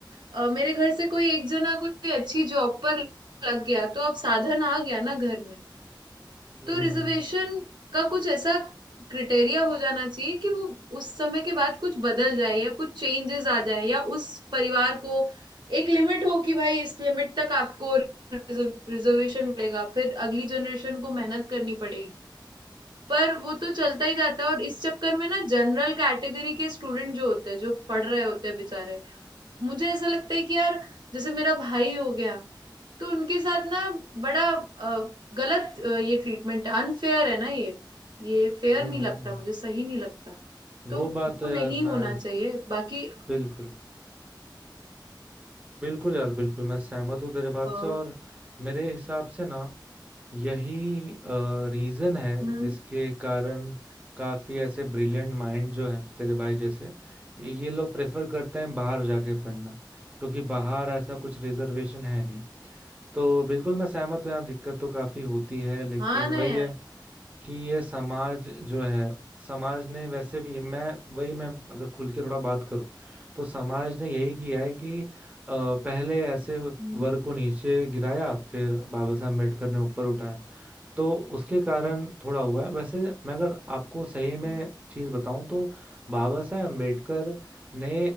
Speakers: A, on the right; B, on the right.
A: अ, मेरे घर से कोई एक जना कोई अच्छी जॉब पर लग गया तो अब साधन आ गया ना घर में
B: हम्म
A: तो रिजर्वेशन का कुछ ऐसा क्रिटेरिया हो जाना चाहिए कि वो उस समय के बाद कुछ बदल जाए या कुछ चेंजेस आ जाए या उस परिवार को एक लिमिट हो कि भाई इस लिमिट तक आपको रिजर्वेशन मिलेगा फिर अगली जनरेशन को मेहनत करनी पड़ेगी पर वो तो चलता ही जाता है और इस चक्कर में ना जनरल कैटेगरी के स्टूडेंट जो होते हैं जो पढ़ रहे होते हैं बेचारे मुझे ऐसा लगता है कि यार जैसे मेरा भाई हो गया तो उनके साथ ना बड़ा अ, गलत अ, ये ट्रीटमेंट है अनफेयर है ना ये ये फेयर
B: हम्म
A: नहीं लगता मुझे सही नहीं लगता
B: वो
A: तो
B: बात
A: वो
B: तो यार
A: नहीं होना
B: मैं
A: चाहिए बाकी
B: बिल्कुल बिल्कुल यार बिल्कुल मैं सहमत हूँ तेरे बात
A: अ,
B: से और मेरे हिसाब से ना यही रीजन है
A: हम्म
B: जिसके कारण काफी ऐसे ब्रिलियंट माइंड जो है तेरे भाई जैसे ये लोग प्रेफर करते हैं बाहर जाके पढ़ना क्योंकि बाहर ऐसा कुछ रिजर्वेशन है नहीं तो बिल्कुल मैं सहमत हूँ यार दिक्कत तो काफी होती है लेकिन
A: हाँ ना
B: वही
A: यार
B: है कि ये समाज जो है समाज ने वैसे भी मैं वही मैं अगर खुल के थोड़ा बात करूं तो समाज ने यही किया है कि अ, पहले ऐसे वर्ग
A: हम्म
B: को नीचे गिराया फिर बाबा साहब अम्बेडकर ने ऊपर उठाया तो उसके कारण थोड़ा हुआ है वैसे मैं अगर आपको सही में
A: हम्म।
B: चीज़ बताऊं तो बाबा साहेब अम्बेडकर ने